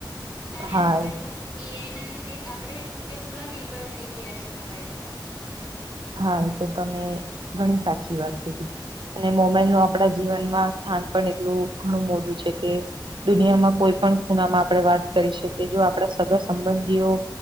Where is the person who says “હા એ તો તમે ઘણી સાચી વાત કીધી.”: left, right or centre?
Right